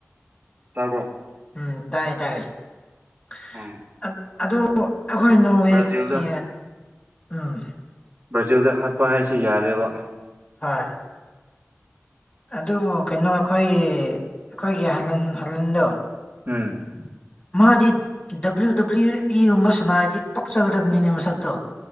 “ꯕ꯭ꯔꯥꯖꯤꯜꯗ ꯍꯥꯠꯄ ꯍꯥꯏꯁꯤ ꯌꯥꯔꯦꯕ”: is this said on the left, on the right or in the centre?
Right